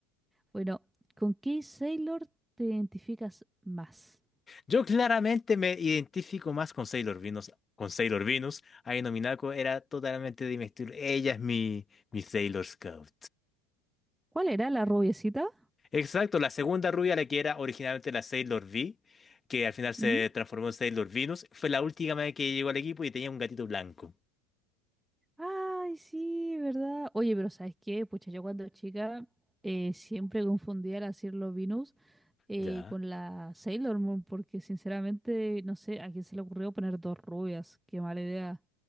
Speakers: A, in the centre; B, on the left.
A: Bueno, ¿con qué Sailor te identificas más?
B: Yo claramente me identifico más con Sailor Venus. Con Sailor Venus, Aino Minako era totalmente de mi estilo. Ella es mi, mi Sailor Scout.
A: ¿Cuál era la rubiecita?
B: Exacto, la segunda rubia, la que era originalmente la Sailor V, que al final se
A: ¿Mm?
B: transformó en Sailor Venus, fue la última vez que llegó al equipo y tenía un gatito blanco.
A: Ay, sí, ¿verdad? Oye, pero ¿sabes qué? Pucha, yo cuando chica eh, siempre confundía la Sailor Venus eh,
B: Ya.
A: con la Sailor Moon, porque sinceramente no sé a quién se le ocurrió poner dos rubias. Qué mala idea.